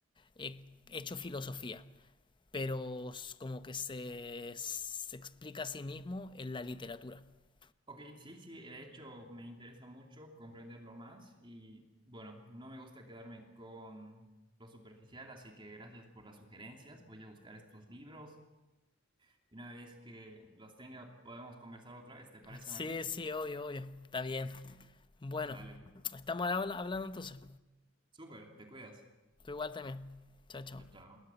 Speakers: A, on the left (about 25°); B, on the right (about 25°).
A: eh, hecho filosofía, pero como que se, se explica a sí mismo en la literatura. <laughs>
B: Ok, sí, sí, de hecho me interesa mucho comprenderlo más y bueno, no me gusta quedarme con lo superficial, así que gracias por las sugerencias. Voy a buscar estos libros y una vez que los tenga podemos conversar otra vez. ¿Te parece,
A: Sí,
B: Martín?
A: sí, obvio, obvio. Está bien. Bueno,
B: Dale,
A: estamos habla- hablando entonces.
B: súper, te cuidas.
A: Tú igual también. Chao, chao.
B: Chao, chao.